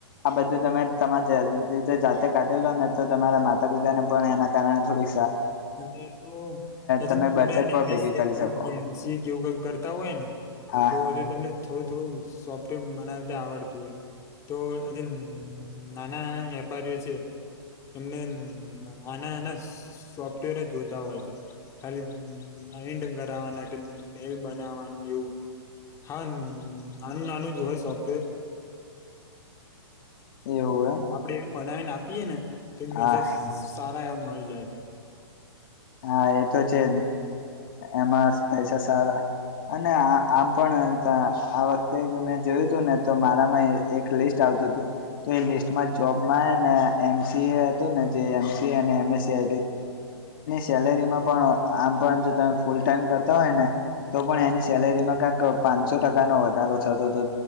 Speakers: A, on the left; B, on the left.
A: આ બધું તમે તમા જાતે કાઢેલો ને તો તમારા માતા પિતાને પણ એના કારણે થોડી
B: અનેવું
A: તમે બચત પણ ભેગી કરી શકો
B: <unintelligible> કરતા હોયને
A: હા
B: તો જો તમને થોડું થોડું સોફ્ટવેર બનાવતા આવડતું હોય. તો અધ નાના નાના વેપારીઓ છે એમને નાના નાના સોફ જોતા હોય છે ખાલી લ કરવાના કે મેલ બનાવવાનું એવું હા આનું નાનું જ હોય સોફ્ટવેર.
A: એવું એમ
B: આપડે એવું બનાવીને આપીએે ને તો એ પૈસા
A: હા
B: સારા એવા મળી જાય છે.
A: હા એ તો છે એમાં પૈસા સારા અને આમ પણ આ વખતે મેં જોયું હતું ને તો મારામાં એક લિસ્ટ આવતું હતું તો એ લિસ્ટમાં જોબમાં એને એમસી એ હતું ને જે એમએસ સી <unintelligible> એ એ સેલેરીમાં પણ આમ પણ જો તમે ફૂલ ટાઈમ કરતા હોય ને તો પણ એની સેલેરીમાં કંઈક પાંચસો ટકાનો વધારો થતો હતો